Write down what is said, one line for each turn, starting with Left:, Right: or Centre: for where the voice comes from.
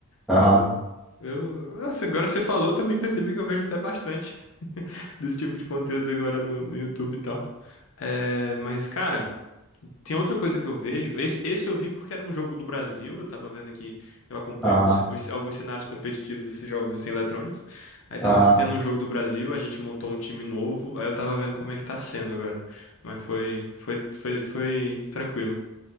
Centre: Aham,
Left: Eu. Eu. nossa, agora você falou, também percebi que eu vejo até bastante <laughs> desse tipo de conteúdo agora no, no YouTube e tal. É, mas, cara. Tem outra coisa que eu vejo. Esse, esse eu vi porque era um jogo do Brasil. Eu tava vendo aqui, eu acompanho
Centre: aham,
Left: os- os- alguns cenários competitivos desses jogos assim eletrônicos. Aí tava
Centre: aham,
Left: tendo um jogo do Brasil, a gente montou um time novo. Aí eu tava vendo como é que tá sendo agora. Mas foi, foi, foi, foi tranquilo.